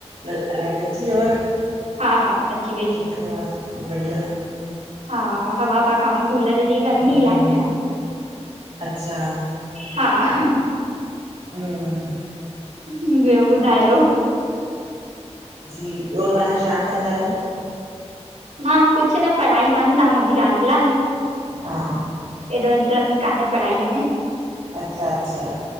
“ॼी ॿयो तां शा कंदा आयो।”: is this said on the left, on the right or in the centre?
Right